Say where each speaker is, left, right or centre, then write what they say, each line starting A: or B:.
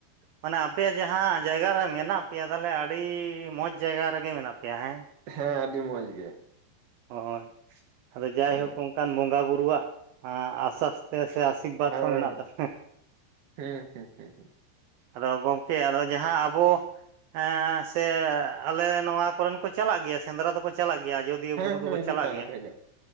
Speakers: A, on the right; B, on the right.
A: ᱢᱟᱱᱮ ᱟᱯᱮᱭᱟᱜ ᱡᱟᱸᱦᱟ ᱡᱟᱭᱜᱟ ᱨᱮ ᱢᱮᱱᱟᱜ ᱯᱮᱭᱟ ᱛᱟᱦᱚᱞᱮ ᱟᱹᱰᱤ ᱢᱚᱸᱡᱽ ᱡᱟᱭᱜᱟ ᱨᱮᱜᱮ ᱢᱮᱱᱟᱜ ᱯᱮᱭᱟ ᱦᱮᱸ
B: ᱦᱮᱸ ᱟᱹᱰᱤ ᱢᱚᱸᱡᱽ ᱜᱮ
A: ᱦᱳᱭ ᱟᱫᱚ ᱡᱟᱭᱦᱳᱠ
B: ᱦᱮᱸ
A: ᱚᱱᱠᱟᱱ ᱵᱚᱸᱜᱟ ᱵᱩᱨᱩᱣᱟᱜ ᱟᱥᱟᱥᱛᱮ ᱥᱮ ᱟᱸᱥ ᱵᱟᱸᱛ
B: ᱦᱮᱸ
A: ᱦᱚᱸ ᱢᱮᱱᱟᱜ ᱛᱟᱯᱮ
B: ᱦᱩᱸ ᱦᱩᱸᱦᱩᱸᱻ
A: ᱟᱫᱚ ᱜᱚᱝᱠᱮ ᱟᱫᱚ ᱡᱟᱦᱟᱸ ᱟᱵᱚ ᱟᱸ ᱥᱮ ᱟᱞᱮ ᱱᱚᱣᱟ ᱠᱚᱨᱮᱱ ᱠᱚ ᱪᱟᱞᱟᱜ ᱜᱮᱭᱟ ᱥᱮᱸᱫᱽᱨᱟ ᱫᱚᱠᱚ ᱪᱟᱞᱟᱜ ᱜᱮᱭᱟ ᱡᱩᱫᱤ ᱟᱡᱚᱫᱤᱭᱟᱹ
B: ᱦᱮᱸ
A: ᱵᱩᱨᱩ ᱫᱚᱠᱚ
B: ᱦᱤᱡᱩᱜ
A: ᱪᱟᱞᱟᱜ
B: ᱛᱟᱦᱮᱱᱟ
A: ᱜᱮᱭᱟ
B: ᱠᱚ ᱦᱤᱡᱩᱜ